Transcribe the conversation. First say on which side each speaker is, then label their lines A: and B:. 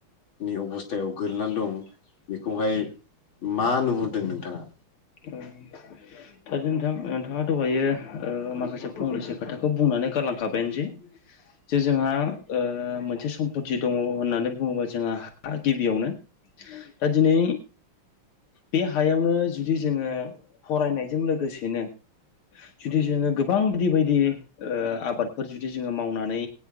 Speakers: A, on the left; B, on the left.
A: नि अबस्थायाव गोग्लैनानै दं बेखौहाय मा नुहुरदों नोंथाङा
B: औ थारैनो नोंथां नोंथाङा दहायो माखासे फंनैसो खोथाखौ बुंनानै गालांखाबायानोसै जे जोंहा मोनसे सम समपति दङ होननानै बुङोबा जोंहा गिबियावनो दा दिनै बे हायावनो जुदि जोङो फरायनायजों लोगोसेनो जुदि जोङो गोबां बेबायदि ओ आबाद फोर जुदि जोङो मावनानै